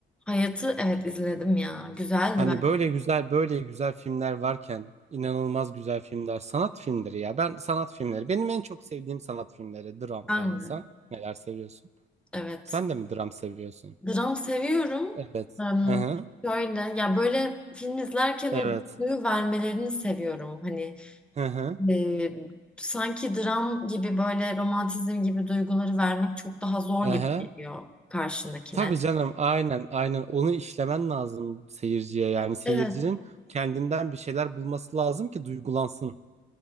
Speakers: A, in the centre; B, on the right.
A: Hayat'ı evet izledim ya. Güzeldi
B: Hani
A: ben.
B: böyle güzel böyle güzel filmler varken inanılmaz güzel filmler sanat filmleri ya. Ben sanat filmleri benim en çok sevdiğim sanat filmleri dram
A: Ben
B: falan sen
A: de.
B: neler seviyorsun?
A: Evet.
B: Sen de mi dram seviyorsun?
A: Dram seviyorum.
B: Evet.
A: Em,
B: Hı hı.
A: şöyle ya böyle film izlerken
B: Evet.
A: o duyu vermelerini seviyorum. Hani
B: Hı hı.
A: e, sanki dram gibi böyle romantizm gibi duyguları vermek çok daha zor
B: Hı
A: gibi
B: hı.
A: geliyor karşındakine.
B: Tabii canım aynen aynen onu işlemen lazım seyirciye yani seyircinin
A: Evet,
B: kendinden bir şeyler bulması lazım ki duygulansın.